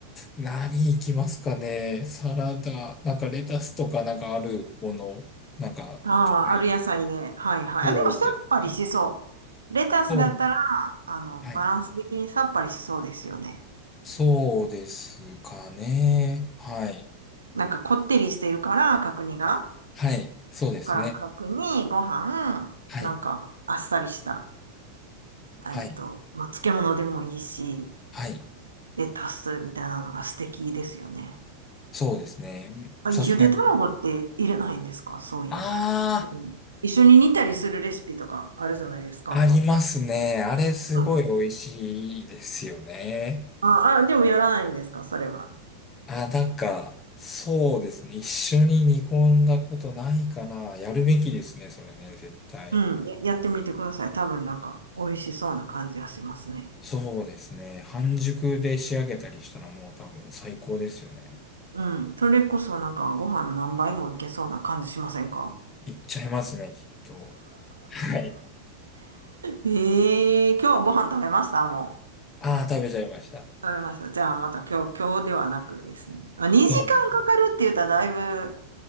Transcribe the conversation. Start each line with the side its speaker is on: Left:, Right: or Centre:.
Left: 何いきますかねサラダ、なんかレタスとかなんかあるもの、なんか、
Right: ああ、
Left: はい。
Right: ある野菜で。はいはい。
Left: そうですね。
Right: あ、でもさっぱりしそう。レタスだったら、
Left: そう。
Right: あの、バランス的にさっぱりしそうですよね。
Left: はい。そうですかね。はい。
Right: なんかこってりしてるから、角煮が。
Left: はい。そうですね。
Right: だから角煮、ご飯、
Left: はい。
Right: なんかあっさりした、えっと、
Left: はい。
Right: まあ、漬物でもいいし、
Left: はい。
Right: レタスみたいなのが素敵ですよね。
Left: そうですね。
Right: あ、
Left: さすがに。
Right: ゆで卵って入れないんですかそういえば。
Left: あ
Right: うん一緒に煮たりするレシピとかあるじゃないですか。
Left: あ、ありますね。あれすごい美味しいですよね。
Right: うん。ああ、でもやらないんですかそれは。
Left: あ、なんか、そうですね。一緒に煮込んだことないかな。やるべきですね、それね、絶対。
Right: うん、ややってみてください。多分なんか美味しそうな感じがしますね。
Left: そうですね。半熟で仕上げたりしたらもう多分最高ですよね。
Right: うん、それこそなんかご飯何杯もいけそうな感じしませんか
Left: いっちゃいますね、きっと。<laughs> はい。
Right: ええー今日ご飯食べましたも
Left: ああ、食べちゃいました。
Right: う。食べました。じゃあまた今日、今日ではなくですね。まあ、2時間かかるって言ったらだいぶ、
Left: そうね、